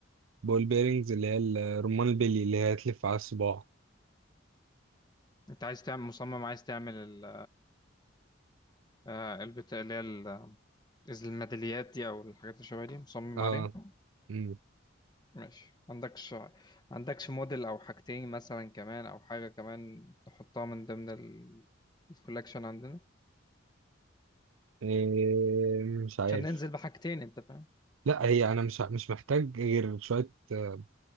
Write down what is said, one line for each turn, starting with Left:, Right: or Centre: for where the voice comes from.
Right: بول بيرنجز اللي هي ال- رمان البلي اللي هي تلف على الصباع
Left: انت عايز تعمل مصمم عايز تعمل ال- آه، البتاع اللي هي ال- آه، الميداليات دي او الحاجات اللي شبه دي مصمم
Right: اه
Left: عليها
Right: مم.
Left: ماشي عندكش عندكش موديل او حاجتين مثلا كمان او حاجة كمان تحطها من ضمن ال... الكولكشن عندنا
Right: آه، مش عارف
Left: عشان ننزل بحاجتين انت فاهم
Right: لا هي انا مش مش محتاج غير شويه آه،